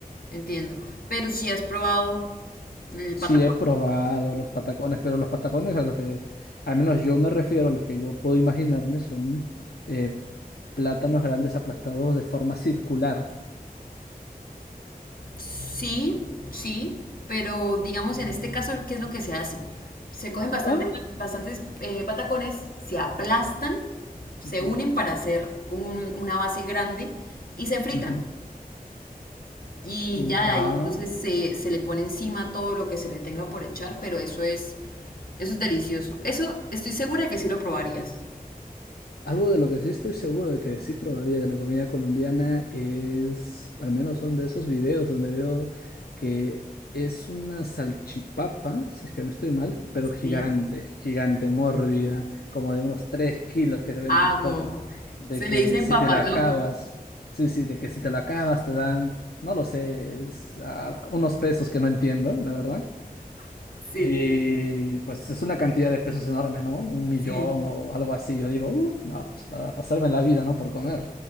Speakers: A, on the left; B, on the left.
A: entiendo. Pero si has probado el
B: Sí,
A: patacón.
B: he probado los patacones, pero los patacones a los que, al menos yo me refiero, a los que yo puedo imaginarme, son eh, plátanos grandes aplastados de forma circular.
A: Sí, sí, pero digamos en este caso, ¿qué es lo que se hace? Se cogen bastante,
B: Ah,
A: bastantes eh, patacones, se aplastan, se
B: Ujú,
A: unen para hacer un- una base grande y se fritan.
B: ujú.
A: Y
B: Mm,
A: ya
B: Ah,
A: ahí entonces se, se le pone encima todo lo que se le tenga por echar, pero eso es, eso es delicioso. Eso estoy segura que sí lo probarías.
B: Algo de lo que sí estoy seguro de que sí probaría de la comida colombiana es, al menos son de esos videos donde veo que es una salchipapa, si es que no estoy mal, pero gigante,
A: Sí.
B: gigante, mórbida, como de unos 3 kilos que se ve
A: Amo.
B: en TikTok, de
A: Se
B: que
A: le dicen
B: si
A: papas
B: te la acabas,
A: locas.
B: sí, sí, de que si te la acabas te dan, no lo sé, es, ah, unos pesos que no entiendo, la verdad,
A: Sí,
B: y pues es una cantidad de pesos enorme, ¿no? Un millón
A: sí.
B: o algo así. Yo digo, uff, no, pues para pasarme la vida, ¿no? Por comer.